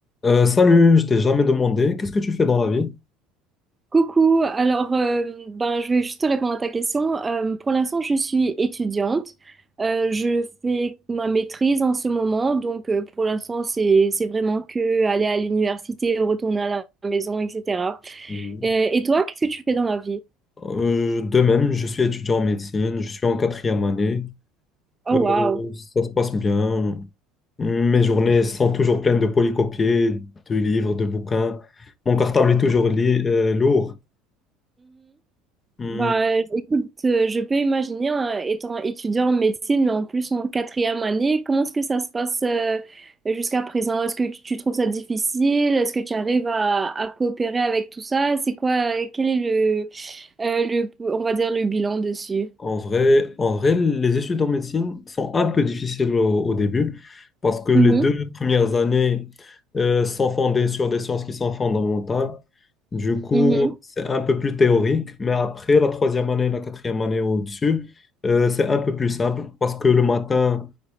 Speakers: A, on the left (about 30°); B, on the right (about 20°).
A: Euh, salut, je t'ai jamais demandé, qu'est-ce que tu fais dans la vie?
B: Coucou, alors euh, ben, je vais juste te répondre à ta question. Euh, pour l'instant, je suis étudiante. Euh, je fais ma maîtrise en ce moment, donc euh, pour l'instant, c'est c'est vraiment que aller à l'université, retourner à la maison, etc.
A: Mhm.
B: Euh, Et, et toi, qu'est-ce que tu fais dans la vie?
A: Euh, de même, je suis étudiant en médecine, je suis en quatrième année.
B: Oh,
A: Euh,
B: wow.
A: ça se passe bien. Mes journées sont toujours pleines de polycopiés, de livres, de bouquins. Mon cartable est toujours li- euh, lourd. Hum,
B: Bah, écoute, euh, je peux imaginer, hein, étant étudiant en médecine, mais en plus en quatrième année, comment est-ce que ça se passe euh, jusqu'à présent? Est-ce que tu tu trouves ça difficile? Est-ce que tu arrives à, à coopérer avec tout ça? C'est quoi, quel est le, euh, le, on va dire, le bilan dessus?
A: En vrai, en vrai, les études en médecine sont un peu difficiles au, au début parce que
B: Mhm,
A: les deux premières années euh, sont fondées sur des sciences qui sont fondamentales. Du coup,
B: mhm.
A: c'est un peu plus théorique, mais après la troisième année, la quatrième année au-dessus, euh, c'est un peu plus simple parce que le matin,